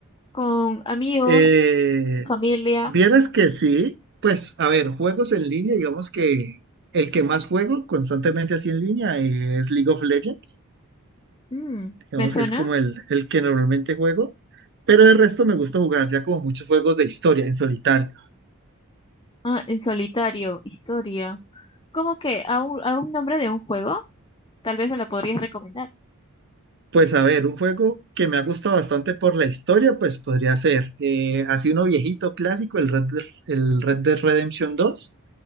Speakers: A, on the left; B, on the right.
A: Con amigos,
B: Eh,
A: familia.
B: vieras que sí, pues a ver, juegos en línea, digamos que el que más juego constantemente así en línea es League of Legends.
A: Mm,
B: Digamos
A: ¿me suena?
B: que es como el, el que normalmente juego, pero de resto me gusta jugar ya como muchos juegos de historia en solitario.
A: Ah, en solitario, historia. ¿Cómo que? ¿A un, a un nombre de un juego? Tal vez me lo podrías recomendar.
B: Pues a ver, un juego que me ha gustado bastante por la historia, pues podría ser eh, así uno viejito clásico, el Red, Dead- el Red Dead Redemption dos